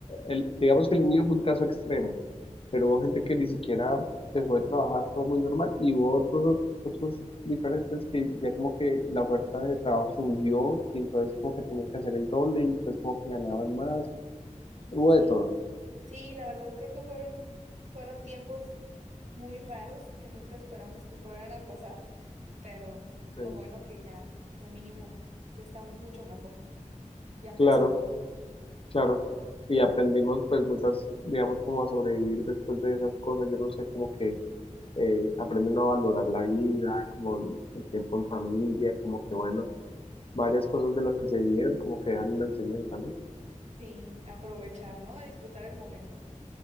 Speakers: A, on the left; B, on the right.
A: el, digamos que el mío fue un caso extremo pero hubo gente que ni siquiera dejó de trabajar, todo muy normal, y hubo otros, otros diferentes que ya como que la oferta de trabajo subió y entonces como que tenían que hacer el doble y entonces como que ganaban más, hubo
B: sí.
A: de todo.
B: Sí, la verdad creo que fueron, fueron tiempos di- muy raros que nunca esperamos que fueran a pasar, pero lo
A: Sí.
B: bueno que ya, ya mínimo, ya estamos mucho mejor, ya
A: Claro,
B: pasó.
A: claro. Y aprendimos pues muchas, digamos, como a sobrevivir después de esas cosas, yo no sé, como que eh, aprende a valorar la vida, como el el tiempo en familia, como que bueno, varias cosas de las que se vivieron, como que dejan una enseñanza, ¿no?
B: Sí, aprovechar, ¿no? A disfrutar el momento.